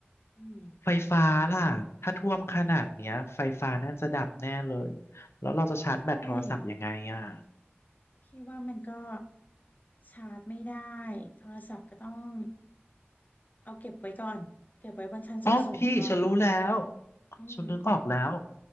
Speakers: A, on the left; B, on the left.
A: อืม
B: ไฟฟ้าล่ะถ้าท่วมขนาดเนี้ยไฟฟ้าน่าจะดับแน่เลยแล้วเราจะชาร์จแบตโทรศัพท์ยังไงอ่ะ
A: ใช่พี่ว่ามันก็ชาร์จไม่ได้โทรศัพท์ก็ต้อง เอาเก็บไว้ก่อนเก็บไว้บนชั้นสูงๆก่อน
B: อ๋อพี่ฉันรู้แล้ว
A: อืม
B: ฉันนึกออกแล้ว